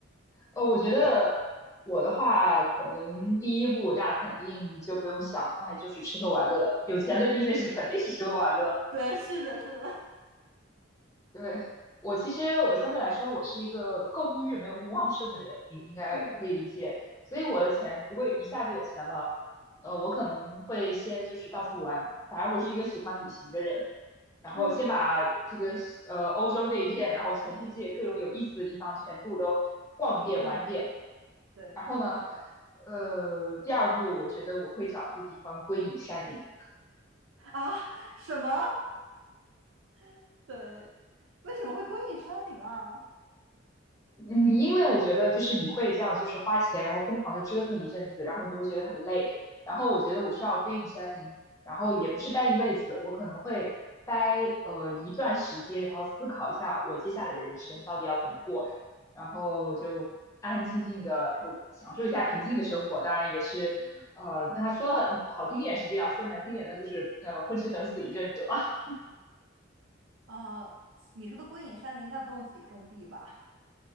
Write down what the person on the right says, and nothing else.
嗯，<laughs> 对，是的，是的，
<laughs> 嗯
嗯
嗯，对，
<laughs>
啊，什么？<laughs> 对，为什么会归隐山林啊？
呃，你说的归隐山林应该不用自己种地吧？